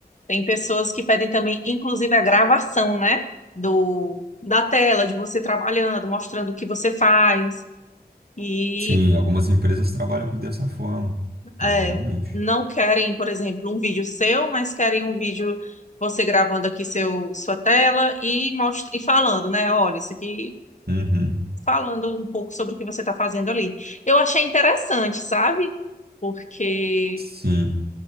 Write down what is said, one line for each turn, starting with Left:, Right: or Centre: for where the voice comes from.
Left: tem pessoas que pedem também, inclusive, a gravação, né? Do, da tela, de você trabalhando, mostrando o que você faz. E
Right: Sim, algumas empresas trabalham com- dessa forma, né,
Left: é,
Right: realmente.
Left: não querem, por exemplo, um vídeo seu, mas querem um vídeo você gravando aqui seu, sua tela e, most- e falando, né? Olha, isso aqui,
Right: Uhum,
Left: falando um pouco sobre o que você está fazendo ali. Eu achei interessante, sabe? Porque
Right: sim,